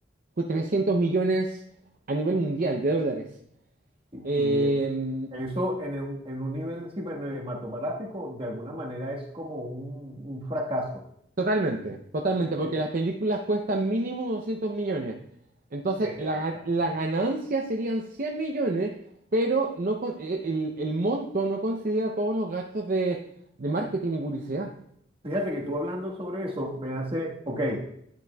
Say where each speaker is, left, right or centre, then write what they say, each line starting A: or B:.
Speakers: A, on the right; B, on the right.
A: 300 millones a nivel mundial de dólares.
B: Y,
A: Eh,
B: y eso, eso en un, en un nivel sí, bueno, cinematográfico, de alguna manera es como un, un fracaso.
A: Totalmente, totalmente, porque
B: Eh,
A: las películas cuestan mínimo 200 millones. Entonces,
B: eh,
A: la,
B: exacto.
A: ga- la
B: exacto.
A: ganancia serían 100 millones, pero no con- eh, el, el monto no considera todos los gastos de, de marketing y publicidad.
B: Fíjate que tú hablando sobre eso me hace, ok,